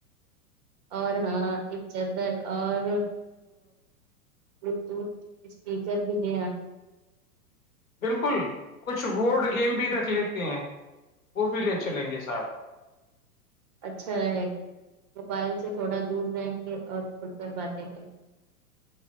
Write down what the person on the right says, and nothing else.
اور ہاں ایک چدر اور بلوٹوتھ اسپیکر بھی لےیا
اچھا رہے گا موبائل سے تھوڑا دور رہیں گے اور کھل کر باتیں کریں گے